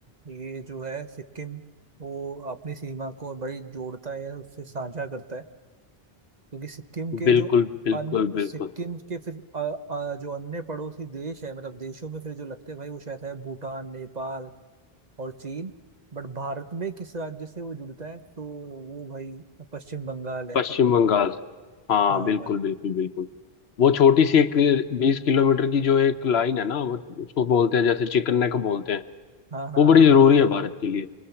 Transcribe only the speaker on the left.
बिल्कुल
बिल्कुल
बिल्कुल
पश्चिम बंगाल हाँ
बिल्कुल
बिल्कुल बिल्कुल वो छोटी सी एक बीस किलोमीटर की जो एक लाइन है ना वो उसको बोलते हैं जैसे चिकन नेक बोलते हैं
वो बड़ी
जरूरी
है भारत के लिए